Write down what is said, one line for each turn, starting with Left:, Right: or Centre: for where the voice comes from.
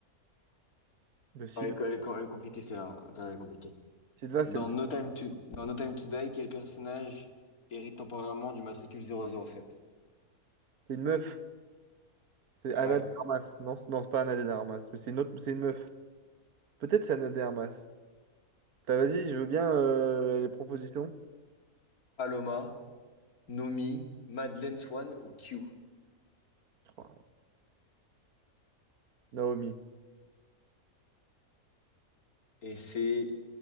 Right: De Sylvain.
Left: Ah, elle, est elle est- elle est compliquée celle-là. hein. Attends, elle est compliquée.
Right: Sylvain,
Left: Dans
Right: c'est le-
Left: No Time to, dans No Time to Die, quel personnage hérite temporairement du matricule zéro zéro sept
Right: c'est une meuf. C'est Anna
Left: Ouais.
Right: de Armas. Non, c'est- non, c'est pas Anna de Armas. Mais c'est une autre, c'est une meuf. Peut-être c'est Anna de Armas. T'as, vas-y, je veux bien euh, les propositions.
Left: Paloma. Nomi, Madeleine Swan ou Q?
Right: Oh, Naomi.
Left: Et c'est